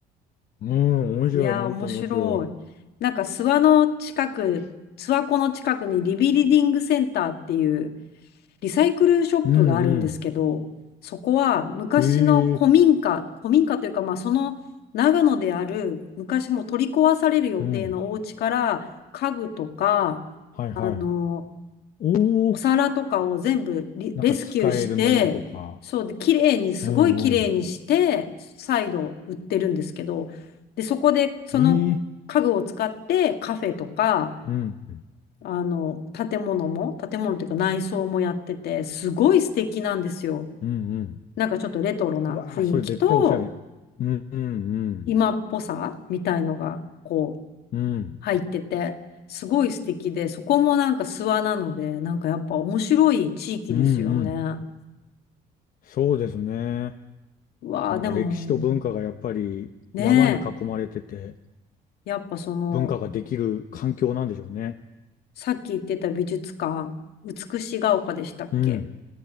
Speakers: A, on the left; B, on the left.
A: うん、
B: <laughs>
A: 面白い、
B: いやー、
A: 本当に面白い。
B: 面白い。なんか諏訪の近く、諏訪湖の近くにリビリディングセンターっていう、リサイクルショップがあるんですけど、
A: うんうん。
B: そこは昔の古民家、
A: へえ、
B: 古民家というか、まあ、その長野である昔もう取り壊される予定のお家から家具とか、
A: うん。はいはい。
B: あの、
A: おお、
B: お皿とかを全部リレスキューして、
A: なんか使えるものとか。
B: そうで、綺麗に、すごい綺麗にして、
A: うんうん。
B: 再度売ってるんですけど、で、そこでその家具を使ってカフェとか、
A: ええ、うん、う
B: あの、建物も、建物っていうか内装もやってて、すごい素敵なんですよ。
A: んうん。
B: なんかちょっとレトロな雰囲気と、
A: うわあ、それ絶対おしゃれ。うんうんうん。
B: 今っぽさみたいのが、こう、
A: うん。
B: 入ってて、すごい素敵で、そこもなんか諏訪なので、なんかやっぱ面白い地域ですよね。
A: うんうん。そうですね。
B: うわあ、
A: なんか歴史と文化がやっぱり山に囲まれてて、
B: でも、ねえ、やっぱその、
A: 文化ができる環境なんでしょうね。
B: さっき言ってた美術館、美しが丘でしたっけ
A: うん。